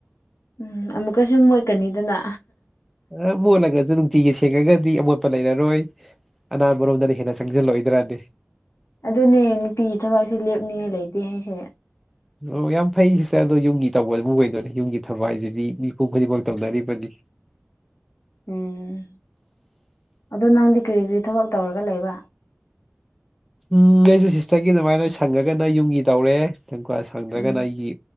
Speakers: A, on the left (about 85°); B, in the centre.
A: ꯎꯝ ꯑꯃꯨꯛꯀ ꯁꯨ ꯃꯣꯠꯀꯅꯤꯗꯅ꯫
B: ꯑ ꯃꯣꯠꯂꯒꯖꯨ ꯅꯨꯡꯇꯤꯒꯤ ꯁꯦꯡꯉꯒꯗꯤ ꯑꯃꯣꯠꯄ ꯂꯩꯔꯔꯣꯏ꯫ ꯑꯅꯥꯟꯕꯔꯣꯝꯗꯅ ꯍꯦꯟꯅ ꯆꯪꯖꯜꯂꯛꯑꯣꯏꯗ꯭ꯔꯅꯦ꯫
A: ꯑꯗꯨꯅꯦ ꯅꯨꯄꯤꯒꯤ ꯊꯕꯛꯁꯤ ꯂꯦꯞꯅꯤꯉꯥꯏ ꯂꯩꯇꯦ ꯍꯥꯏꯁꯦ꯫
B: ꯑꯣ ꯌꯥꯝ ꯐꯩ ꯁꯤꯁꯦ ꯑꯗꯣ ꯌꯨꯝꯒꯤ ꯇꯧꯕ ꯑꯗꯨꯕꯨ ꯑꯣꯏꯗꯣꯏꯅꯦ ꯌꯨꯝꯒꯤ ꯊꯕꯛ ꯍꯥꯏꯁꯤꯗꯤ ꯃꯤꯄꯨꯝ ꯈꯨꯗꯤꯡꯃꯛ ꯇꯧꯅꯔꯤꯕꯅꯤ꯫
A: ꯎꯝ ꯑꯗꯣ ꯅꯪꯗꯤ ꯀ꯭ꯔꯤ ꯀ꯭ꯔꯤ ꯊꯕꯛ ꯇꯧꯔꯒ ꯂꯩꯕ?
B: ꯎꯝ ꯑꯩꯖꯨ ꯁꯤꯁꯇꯔꯒꯤ ꯑꯗꯨꯃꯥꯏꯅ ꯁꯪꯉꯒꯅ ꯌꯨꯝꯒꯤ ꯇꯧꯔꯦ ꯁꯪꯗ꯭ꯔꯒꯅ
A: ꯎꯝ
B: ꯑꯩꯒꯤ